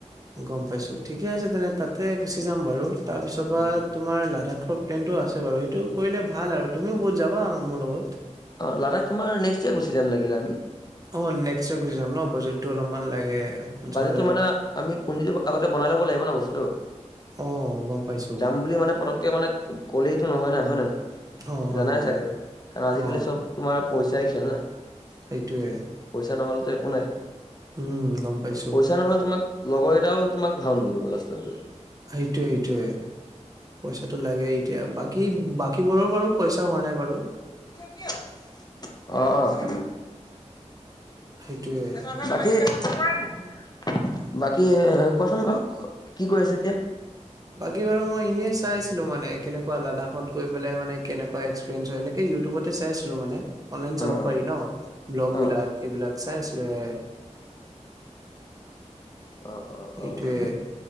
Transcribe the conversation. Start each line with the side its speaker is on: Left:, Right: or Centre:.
Right: গম পাইছো ঠিকে আছে তেনে তাতে গুচি যাম বাৰু। তাৰপিছৰপৰা
Left: উম
Right: তোমাৰ লাডাখৰ প্লেনটো আছে বাৰু সেইটো কৰিলে ভাল আৰু তুমিও বহুত যাবা মোৰ লগত।
Left: অ', লাডখ তোমাৰ নেক্সট ইয়েৰ গুচি যাম লাগিলে আমি।
Right: অ', নেক্সট ইয়েৰ গুচি যাম ন, বাজেটটো অলপমান লাগে। পঞ্চাশ
Left: বাজেটটো
Right: হাজাৰ
Left: মানে আমি পুজিটো আগতে বনাই ল'ব লাগিব ন বস্তুটো।
Right: অ'। গম পাইছো
Left: যাম বুলি মানে পতককে মানে ক'লেইতো নহয় না হয়নাই।
Right: অ হয়
Left: জানাই
Right: হয়
Left: চাগৈ কাৰণ আজিকালি
Right: অ
Left: চব তোমাৰ পইচাই খেল না।
Right: সেইটোয়ে।
Left: পইচা নহলেতো একো নাই।
Right: উম গম পাইছো
Left: পইচা নহলে তোমাক লগৰকেইটাও তোমাক ভাও নিদিব গৈ লাষ্টত গৈ।
Right: সেইটোয়ে সেইটোয়ে, পইচাটো লাগে এতিয়া বাত কি বাকীবোৰৰ বাৰু পইচা হোৱা নাই বাৰু।
Left: অহ অহ।
Right: সেইটোয়ে।
Left: বাকী বাকী কোৱাচোন বাৰু কি কৰি আছা এতিয়া?
Right: বাকী বাৰু মই এনে চাইছিলো মানে কেনেকুৱা লাডাখত গৈ পেলাই মানে কেনেকুৱা এক্সপেৰিয়েঞ্চ হয় এনেকে ইউ তুবতে চাইছিলোঁ মানে অনলাইন চাব
Left: অ', অ',
Right: পাৰি ন, ব্লগ
Left: অ',
Right: বিলাক এইবিলাক চাই আছিলো এ
Left: অ' অ'
Right: এইটোয়ে
Left: অ'